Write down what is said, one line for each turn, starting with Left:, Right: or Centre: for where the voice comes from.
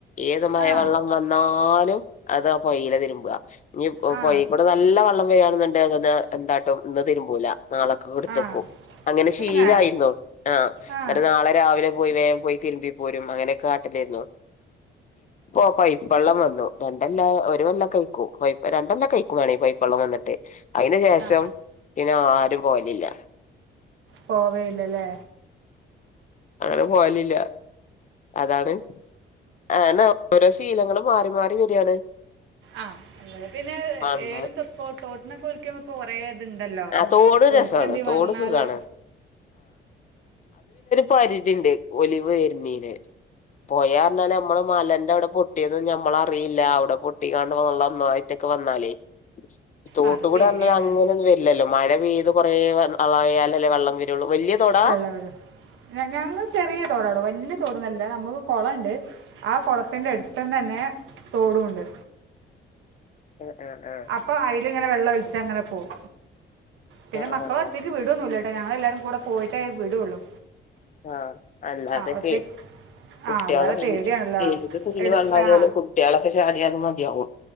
Left: ഏത് മഴവെള്ളം
Right: ആ
Left: വന്നാലും അത് ആ പൊഴയില തിരുമ്പുക ഇനി
Right: ആ
Left: പൊയി കൂടെ നല്ല നല്ല വള്ളം വകയാണുന്നുണ്ട് അങ്ങനെ എന്തായിട്ടും ഇന്ന് തരുമ്പോല നാളെ കൊടുത്തക്കും
Right: ആ
Left: അങ്ങനെ ശീലമായിരുന്നു.
Right: എന്നാ
Left: ആഹ
Right: ആ
Left: എന്നട്ട് നാളെ രാവിലെ പോയി വേഗം പോയി തിരുമ്പി പോരും അങ്ങനെയൊക്കെ കാട്ടിലായിരുന്നു ഓ പൈപ്പള്ളം വന്നു രണ്ടെല്ലാം ഒരുവല്ലാം കയിക്കും പൈ രണ്ടെല്ലാം കയിക്കും വേണെ പൈപ്പള്ളം വന്നിട്ട് അതിന് ശേഷം
Right: ആ
Left: പിന്നെ ആരും പോലില്ല
Right: പോവേല്ലല്ല
Left: അങ്ങനെ പോവലില്ല അതാണ് ആ എന്നാ ഓരോ ശീലങ്ങളും മാറി മാറി വരിയാണ്
Right: ആഹ് അ പിന്നെ
Left: പണ്ട്
Right: ഏറും തസ് തോട്ട്നൊക്ക ഓൽക്ക് കൊറേ ഇത്ണ്ടല്ലോ
Left: ആ തോട്
Right: ഒഴുക്ക്
Left: രസാണ്
Right: എന്തേ
Left: തോട്
Right: വന്നാല്
Left: സുഖാണ് പരിതിണ്ട് ഒലിവ് എരുന്നീന് പോയ നമ്മള് മലന്റെ അവിടെ പൊട്ടിയത് നമ്മള അറിയില്ല അവിടെ പൊട്ടിക്കാണ്ട് വെള്ളം ന്നാതായി തെക്ക് വന്നാലേ തോട്ടുകൂടി
Right: ആ അത് പേടിയാണ്
Left: അന്നാലും അങ്ങനൊന്നും വരില്ലല്ലോ മഴ പെയ്ത് കൊറേ വ ആയാലല്ലേ വെള്ളം വരുള്ളൂ വല്യ തോടാ
Right: വെള്ളം വരും ഞങ്ങള് ചെറിയ തോടാ ടോ വല്യ തോടോന്നല്ല നമ്മക്ക് കൊളം ഇണ്ട് ആ കുളത്തിന്റെ അടുത്തം തന്നെ തോടും ഉണ്ട്
Left: ഏ ആഹ് ആഹാ
Right: അപ്പോ അതില് ഇങ്ങനെ വെള്ളം ഒലിച്ച് അങ്ങനെ പോം പിന്നെ മക്കളെ
Left: ആഹ് ആഹ് ആഹ്
Right: ഒറ്റയ്ക്ക് വി വിടൊന്നും ഇല്ല കേട്ടോ ഞങ്ങളെല്ലാരും കൂടെ പോയിട്ടേ വിടുള്ളൂ
Left: ആഹ അല്ലതെ
Right: ആ ഒറ്റയ്ക്ക്
Left: പേ കുട്ട്യോളെ
Right: ആ അല്ലാതെ പേടിയാണല്ലോ
Left: ഏത് തുള്ളി
Right: എട്
Left: വെള്ളായാലും
Right: ആ
Left: കുട്ട്യോളൊക്കെ ചാടിയ അത് മതിയാവും